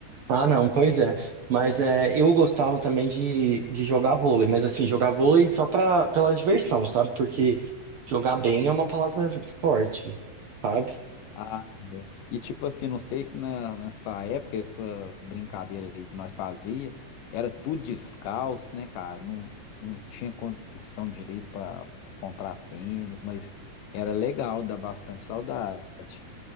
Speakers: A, on the right; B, on the left.
A: Ah, não, pois é. Mas é, eu gostava também de, de jogar vôlei, mas assim, jogar vôlei só pra, pela diversão, sabe? Porque jogar bem é uma palavra forte, sabe?
B: Ah, é. e tipo assim, não sei se na, nessa época, essa brincadeira aí que nós fazia, era tudo descalço, né, cara? Não, não tinha condição direito para comprar tênis, mas era legal, dá bastante saudade.